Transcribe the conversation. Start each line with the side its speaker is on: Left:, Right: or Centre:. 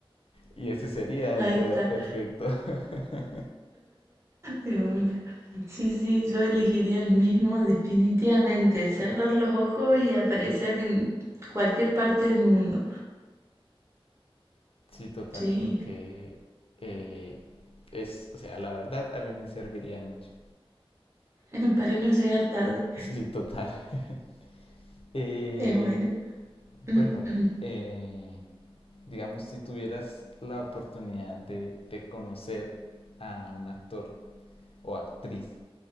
Left: Y ese sería el
Right: Ahí
Left: poder
Right: está,
Left: perfecto. <laughs>
Right: de una. Sí, sí, yo elegiría el mismo definitivamente, cerrar los ojos y aparecer en cualquier parte del mundo.
Left: Sí, total,
Right: Sí,
Left: porque eh, es, o sea, la verdad a mí me serviría mucho.
Right: <laughs> para no llegar tarde.
Left: Sí, sí, total. <laughs> Eh,
Right: Es buena. <clears throat>
Left: bueno, eh, digamos, si tuvieras la oportunidad de, de conocer a un actor o actriz